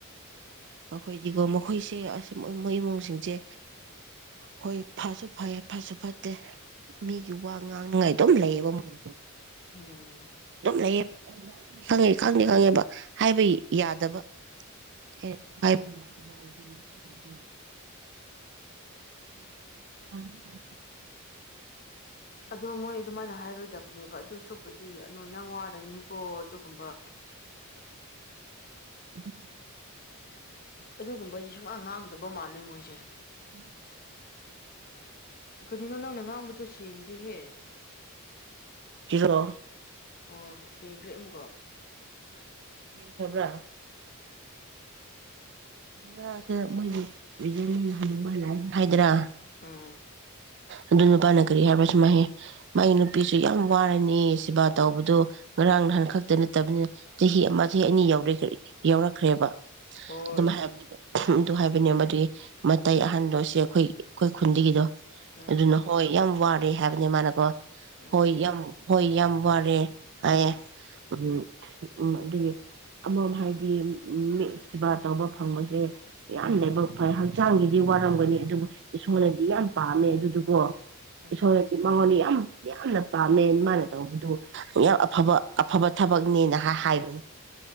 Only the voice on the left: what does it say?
ꯎꯝ
ꯑꯗ ꯃꯣꯏ ꯑꯗꯨꯃꯥꯏꯅ ꯍꯥꯏꯔꯣꯏꯗꯕ ꯅꯦꯕ ꯑꯗꯨ ꯁꯔꯨꯛꯄꯨꯗꯤ ꯑꯗꯨꯣ ꯅꯪ ꯋꯥꯔꯅꯤꯀꯣ ꯑꯗꯨꯒꯨꯝꯕ
ꯑꯗꯨꯒꯨꯝꯕꯗꯤ ꯁꯨꯛꯂꯥꯡ ꯉꯥꯡꯗꯕ ꯃꯥꯜꯂꯦ ꯃꯣꯏꯁꯦ
ꯀꯔꯤꯒꯤꯅꯣ ꯅꯪꯅ ꯉꯥꯡꯕꯗꯣ ꯁꯦꯡ ꯍꯍꯦ
ꯑꯣ ꯁꯦꯡꯈ꯭ꯔꯦ ꯑꯃꯨꯀꯣ
ꯎꯝ
ꯍꯣꯏ
ꯎꯝ
ꯎꯝ
ꯎꯝ